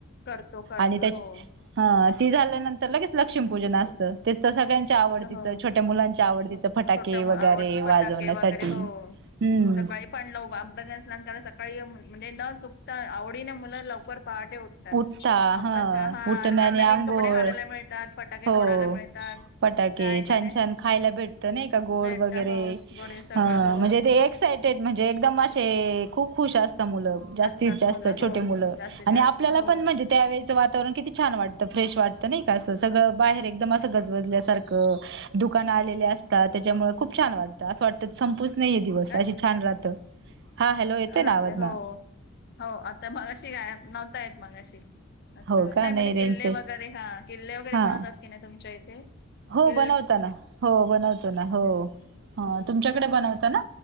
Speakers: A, on the left; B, on the right.
A: करतो करतो
B: आणि त्या
A: हो तेच
B: ती झाल्यानंतर लगेच लक्ष्मीपूजन असतं तेच तर सगळ्यांच्या आवडतीचं
A: हो
B: छोट्या मुलांच्या आवडतीचं फटाके
A: छोट आवडत
B: वगैरे वाजवण्यासाठी
A: फटाके वगैरे हो
B: हम्म
A: सकाळी पण लव अब्ब असलामला सकाळी म्हणजे न चुकता आवडीने मुलं लवकर पहाटे उठतात
B: उठता
A: अभ्यास हा
B: उठण
A: आणिण
B: आणि
A: नवीन
B: आंघोळ
A: कपडे घालायला मिळतात फटाके
B: हो
A: फोडायला मिळतात
B: फटाके
A: त्या याच्याने
B: छान छान खायला भेटत नाही का गोड
A: भेट
B: वगैरे
A: हो गोडे सगळं
B: ह
A: हो.
B: म्हणजे ते एक साईड ते म्हणजे एकदम असे खप खुश असत मु जास्तीत
A: असतात
B: जास्त
A: मुलं हो
B: छोटे मुलं
A: जास्तीत
B: आणि
A: जास्त
B: आपल्याला
A: हो
B: पण म्हणजे त्यावेळेच वातावरण किती छान वाटतं फ्रेश वाटतं नाही का असं सगळ बाहेर एकदम अस गजबजल्यासारखं दुकान आलेली असतात त्याच्यामुळे खूप छान वाटतं अस वाटत संपूच नाही दिवस
A: काय
B: अशी छान राहतं, हा हॅलो येतोय
A: जाते
B: ना आवाज मॅम?
A: हो हो आता मगाशी गाय नव्हता येत मगाशी असं
B: हो का
A: नाही म्हणजे किल्ले
B: रेंजच
A: वगैरे हा किल्ले वगैरे
B: हा
A: बनवतात की नाही तुमच्या इथे?
B: हो
A: <inaudible>
B: बनवता ना हो बनवतो ना हो ह तुमच्याकडे बनवता ना